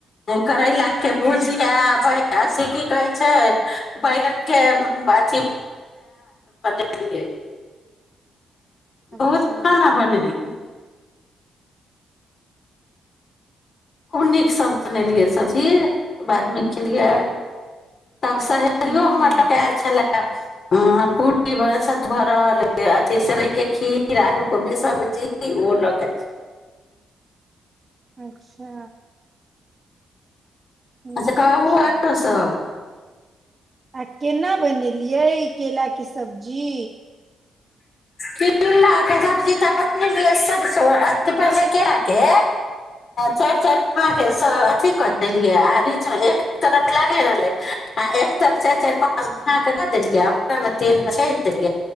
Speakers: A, on the left; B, on the right.
A: करैला के
B: अच्छा
A: भुजिया बै अथि की कहे छै बैगन के अथि <unintelligible> <unintelligible>
B: अच्छा
A: बहुत खाना बनेलियै खूब नीक सब
B: अच्छा
A: बनेलियै सब चीज बादमे खेलियै तब सहेलियो
B: ह
A: हमर लऽ कऽ आयल छलै ह पूरी बर सत भरल अथि सेवइके खीर आलू कोबी सब्जी ओहो लऽ कऽ एल
B: अच्छा नीके
A: अच्छा कहू
B: छै
A: आरो सब
B: आ केना बनेलियै ई केलाके सब्जी
A: केला सब्जी तऽ बनेलियै सरसो अथि पहिने केर के चारि चारि अ के अथी कऽ देलियै आ बीचमे एक तरफ लागे रहलै आ चारि चारि पाँच फांक कऽ देलियै आ ओकरा ने तेल मे छानि देलियै